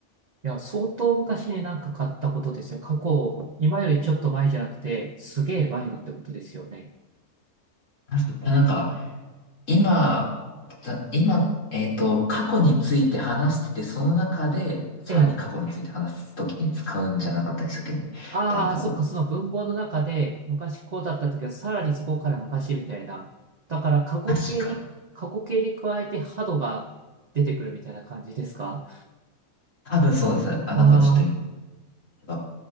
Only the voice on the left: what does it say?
あそなんか、今、た今、えっと、過去について話してて、その中で、さらに過去について話すときに使うんじゃなかったでしたっけね。
大過去。
確か。
多分そうです。あ、なんかちょっと今、
例えば